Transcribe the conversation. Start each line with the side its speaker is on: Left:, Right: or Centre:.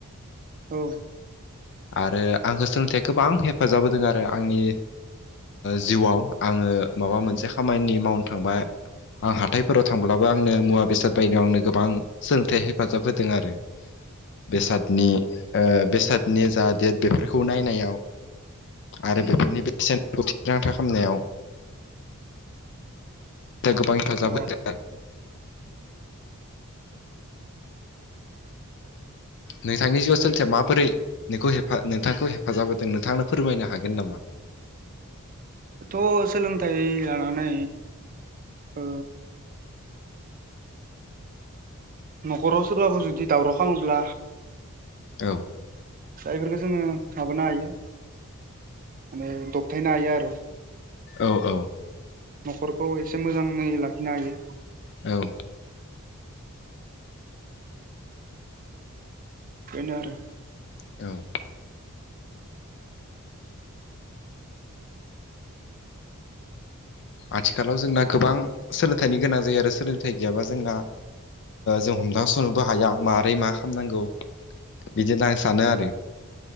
Right: औ।
Left: आरो आंखौ सोलोंथाइ गोबां हेफाजाब होदों आरो आंनि। जिउआव आङो माबा मोनसे खामानि मावनो थांबाय आं हाथायफोराव थांब्लाबो आंनो मुवा बेसाद बायनायाव आंनो गोबां सोलोंथाइ हेफाजाब होदों आरो।
Right: <inaudible>
Left: बेसादनि बेसादनि जा डेट बेफोरखौ नायनायाव। आरो बेफोरनि बेसेनखौ थिरांथा खालामनायाव। गोबां हेफाजाब
Right: औ
Left: होदों नोंथांनि जिउआव सोलोंथाया माबोरै नोंखौ नोंथांखौ हेफाजाब होदों नोंथांनो फोरमायनो हागोन नामा।
Right: थ' सोलोंथाइ लानानै ओ न'खराव सोरबाफोर जुदि दावराव खालामोब्ला
Left: औ।
Right: दा बेफोरफोरखौ जोङो माबानो हायो माने दबथायनो हायो आरो।
Left: औ औ।
Right: न'खरखौ एसे मोजाङै लाखिनो हायो
Left: औ।
Right: बेनो आरो।
Left: औ आथिखालाव जोंना गोबां सोलोंथाइनि गोनां जायो आरो सोलोंथाइ गैयाबा जोंना जों हमदांसरनोबो हाया माबारै मा खालामनांगौ बिदिनो आं सानो आरो।